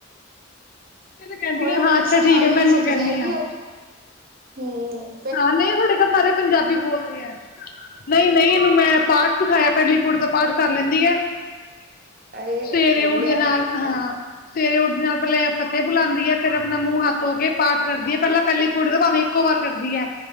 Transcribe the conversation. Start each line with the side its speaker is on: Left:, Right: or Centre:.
Left: ਫਿਰ ਕਹਿੰਦੀ
Right: ਹੁਣੇ
Left: ਆ
Right: ਹੁਣੇ
Left: ਹਾਂ ਅੱਛਾ
Right: ਸਿਖਾ
Left: ਠੀਕ ਹੈ
Right: ਦੋ
Left: ਮੈਨੂੰ
Right: ਤੇ ਸਿੱਖ
Left: ਕਹਿੰਦੀ
Right: ਜਾਏਗੀ,
Left: ਆ
Right: ਉਹ ਹੂੰ,
Left: ਹਾਂ ਨਹੀਂ ਹੁਣੇ ਤੇ ਸਾਰੇ ਪੰਜਾਬੀ ਬੋਲਦੇ ਹੈ। ਨਹੀਂ-ਨਹੀਂ, ਇਹਨੂੰ ਮੈਂ ਪਹਿਲੀ ਪੌੜੀ ਦਾ ਪਾਠ ਕਰ ਲੈਂਦੀ ਹੈ।
Right: ਅਰੇ
Left: ਸਵੇਰੇ
Right: ਵਧੀਆ
Left: ਉੱਠਦੇ ਨਾਲ ਹਾਂ। ਸਵੇਰੇ ਉੱਠਦੇ ਨਾਲ ਪਹਿਲੇ ਫਤਿਹ ਬੁਲਾਉਦੀ ਹੈ, ਫ਼ਿਰ ਆਪਣਾ ਮੂੰਹ ਹੱਥ ਧੋ ਕੇ ਪਾਠ ਕਰਦੀ ਹੈ, ਪਹਿਲਾਂ-ਪਹਿਲੀ ਪੋੜੀ ਦਾ ਭਾਵੇਂ ਇੱਕੋ ਵਾਰ ਕਰ। ਨੀ ਐ